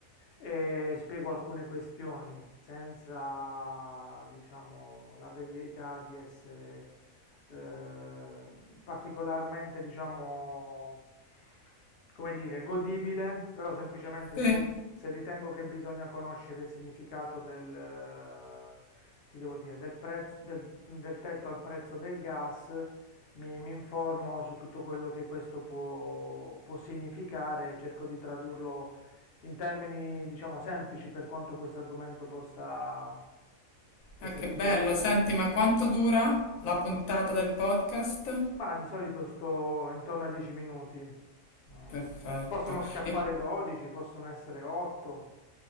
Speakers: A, on the left (about 60°); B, on the left (about 80°).
A: e spiego alcune questioni senza, diciamo, la velleità di essere eh, particolarmente, diciamo, come dire, godibile, però semplicemente
B: Sì,
A: se, ri- se ritengo che bisogna conoscere il significato del, eh, ti devo dire, del prezzo, del del tetto al prezzo del gas mi, mi informo su tutto quello che questo può, può significare e cerco di tradurlo in termini, diciamo, semplici per quanto questo argomento possa essere
B: ah, che
A: considerato
B: bello, senti,
A: semplice.
B: ma quanto dura la puntata del podcast?
A: Ma di solito sto intorno ai 10 minuti. Mm,
B: Perfetto.
A: possono scappare
B: E
A: 12, possono essere 8.